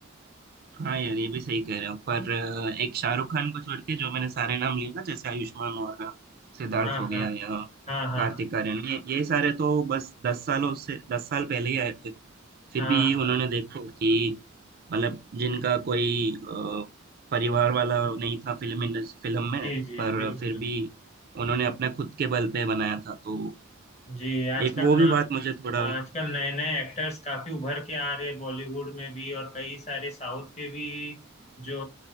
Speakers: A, on the right (about 45°); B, on the left (about 35°).
A: हाँ यार ये भी सही कह रहे हो पर अ, एक शाहरुख खान को छोड़ के जो मैंने सारे नाम लिए ना जैसे आयुष्मान खुराना सिद्धार्थ
B: हाँ
A: हो गया
B: हाँ
A: या
B: हाँ हाँ
A: कार्तिक आर्यन ये ये सारे तो बस दस सालों से दस साल पहले ही आए थे फिर
B: हाँ
A: भी
B: हाँ
A: उन्होंने देखो कि मतलब जिनका कोई अ, परिवार वाला नहीं था फिल्म इंडस्ट्री फिल्म में
B: जी जी
A: पर
B: बिल्कुल
A: फिर भी उन्होंने अपने खुद के बल पे बनाया था तो
B: जी आजकल
A: एक वो भी
B: ना-
A: बात मुझे थोड़ा
B: आजकल नए नए एक्टर्स काफी उभर के आ रहे हैं बॉलीवुड में भी और कई सारे साउथ के भी जो